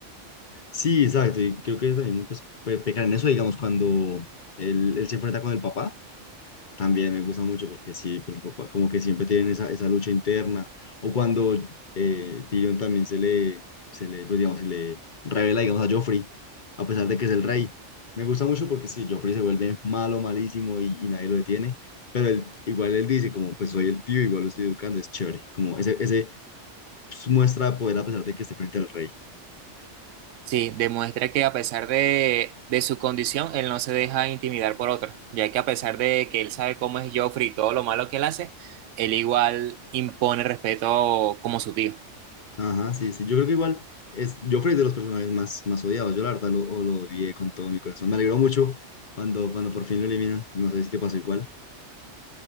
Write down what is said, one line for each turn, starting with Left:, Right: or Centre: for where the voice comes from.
Left: Sí, exacto, y creo que también pues, pe- pecar en eso, digamos, cuando él, él se enfrenta con el papá. También me gusta mucho porque sí, pues el papá como que siempre tienen esa, esa lucha interna. O cuando eh, Tyrion también se le, se le, pues digamos, se le revela, digamos, a Joffrey, a pesar de que es el rey. Me gusta mucho porque sí, Joffrey se vuelve malo, malísimo y, y nadie lo detiene. Pero él- igual él dice como, pues soy el tío, igual lo estoy educando, es chévere. Como ese, ese pues, muestra de poder a pesar de que esté frente al rey.
Right: Sí, demuestra que a pesar de, de su condición, él no se deja intimidar por otros, ya que a pesar de que él sabe cómo es Joffrey y todo lo malo que él hace, él igual impone respeto como su tío.
Left: Ajá, sí, sí. Yo creo que igual es Joffrey es de los personajes más, más odiados. Yo la verdad lo, o lo odié con todo mi corazón. Me alegró mucho cuando, cuando por fin lo eliminan. No sé si te pasó igual.